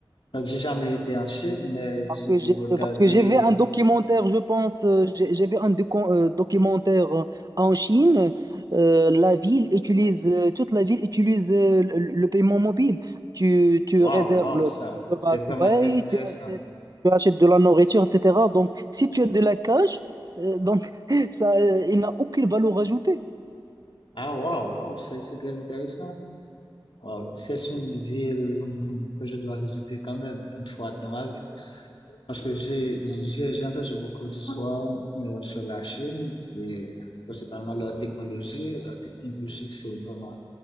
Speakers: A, on the left; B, on the right.
A: Donc, j'ai jamais été en Chine, mais
B: Parce
A: j'ai
B: que
A: pu
B: j'ai
A: regarder.
B: parce que j'ai vu un documentaire, je pense, euh, j'ai j'ai vu un docu- euh, documentaire euh, en Chine. euh, la ville utilise, euh, toute la ville utilise euh, le, le paiement mobile. Tu, tu
A: Waouh,
B: réserves
A: waouh,
B: le,
A: ça.
B: le, le busway,
A: C'est vraiment très intéressant.
B: tu achètes, tu achètes de la nourriture, etc. Donc, si tu as de la cash, euh, donc <laughs> ça, euh, il n'a aucune valeur ajoutée.
A: Ah, waouh, waouh, c'est c'est très intéressant. Waouh, C'est une ville que je dois visiter quand même une fois dans ma vie. Parce que j'ai j'ai j'ai entendu beaucoup d'histoires euh, sur la Chine et principalement leur technologie. Leur technologie, c'est vraiment,